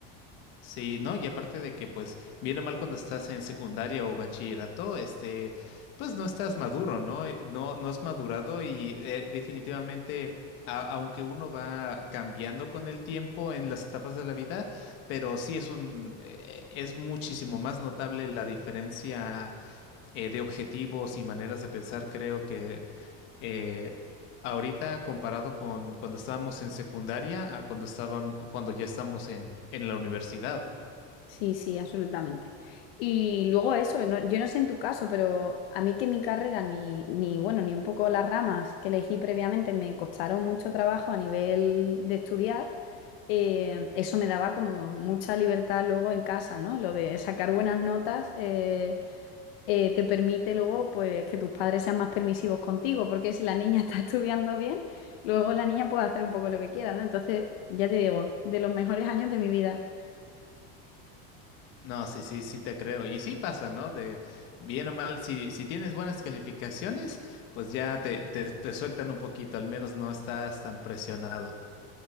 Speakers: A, on the left; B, on the left.
A: Sí, ¿no? Y aparte de que, pues, viene mal cuando estás en secundaria o bachillerato, este, pues no estás maduro, ¿no? Eh, No, no has madurado y eh, definitivamente, a- aunque uno va cambiando con el tiempo en las etapas de la vida, pero sí es un, eh, es muchísimo más notable la diferencia eh, de objetivos y maneras de pensar, creo que eh, ahorita comparado con cuando estábamos en secundaria a cuando estábamos, cuando ya estamos en, en la universidad.
B: Sí, sí, absolutamente. Y luego eso, no- yo no sé en tu caso, pero a mí que mi carrera ni, ni, bueno, ni un poco las ramas que elegí previamente me costaron mucho trabajo a nivel de estudiar, eh, eso me daba como mucha libertad luego en casa, ¿no? Lo de sacar buenas notas eh, eh, te permite luego pues que tus padres sean más permisivos contigo, porque si la niña <laughs> está estudiando bien, luego la niña puede hacer un poco lo que quiera, ¿no? Entonces, ya te digo, de los mejores años de mi vida.
A: No, sí, sí, sí te creo. Y sí pasa, ¿no? De bien o mal, si, si tienes buenas calificaciones, pues ya te, te, te sueltan un poquito, al menos no estás tan presionado.